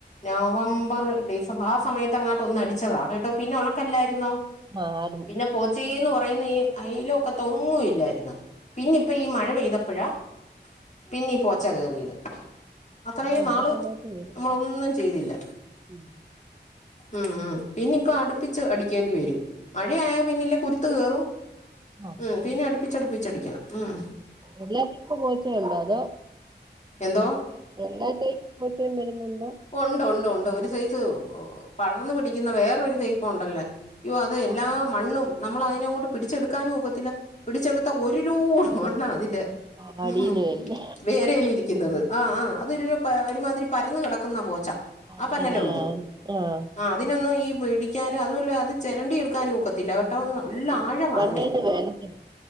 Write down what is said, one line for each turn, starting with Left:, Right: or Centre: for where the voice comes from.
Left: നവംബർ ഡിസം ആ സമയത്ത് അങ്ങോട്ട് ഒന്ന് അടിച്ചതാ പിന്നെ ഉണക്കല്ലായിരുന്നോ
Right: ആരും
Left: പിന്നെ പോച്ചന്ന് പറയുന്ന ഈ അയ ലൊക്കെത്തെ ഒന്നുമില്ലായിരുന്നു പിന്നെ ഇപ്പി ഈ മഴ പെയ്തപ്പയഴ പിന്നി പോച്ച കയറിയത് അത്രയും
Right: മഴ
Left: നാള്
Right: സമയത്ത് വരും
Left: നമ്മളൊന്നും ചെയ്തില്ല
Right: ഉം
Left: ഉം ഉ പിന്നെ ഇപ്പ അടുപ്പിച്ച് അടിക്കേണ്ടി വരും മഴയായപ്പോൾ പിന്നെ കുരുത്ത് കയറും
Right: ആഹ്
Left: ഉം പിന്നെ അടുപ്പിച്ചടുപ്പിച്ചടിക്കണം ഉം
Right: എല്ലാത്തിക്കും പോച്ചേ ഉണ്ടോ അതോ?
Left: എന്തോ
Right: <unintelligible> <unintelligible> <unintelligible> വരുന്നുണ്ടോ
Left: ഉണ്ട് ഉണ്ട് ഉണ്ട് ഒരു സൈസ് പടർന്നു പിടിക്കുന്ന വേറെരു സൈപ്പ് ഉണ്ടല്ലേ അയ്യോ അത് എല്ലാം
Right: ആഹ്
Left: മണ്ണും നമ്മളയിനങ്ങോട്ട് പിടിച്ചെടുക്കാനും ഒക്കത്തില്ല പിടിച്ചെടുത്ത ഒരു ലോട് മണ്ണാ അതിന്റെ
Right: ആഹ്
Left: <unintelligible>
Right: അടീന്ന് വരുന്ന
Left: ഇരിക്കുന്നത് ആ ആ അതൊരു ഒരു മാതിരി പരന്ന് കടക്കുന്ന പോച്ച
Right: അതെ
Left: ആ പന്നലുണ്ട്
Right: ആഹ് ആഹ്
Left: ആ അതിനൊന്നും ഈ പിടിക്കാനും അതുമല്ല അത് ചെരണ്ടി എടുക്കാനും ഒക്കത്തില്ല കേട്ടോ അത്
Right: ഇല്ല
Left: നല്ല
Right: ഇല്ല
Left: ആഴവാ
Right: കണ്ണീന്ന്
Left: അതിന്
Right: വേതന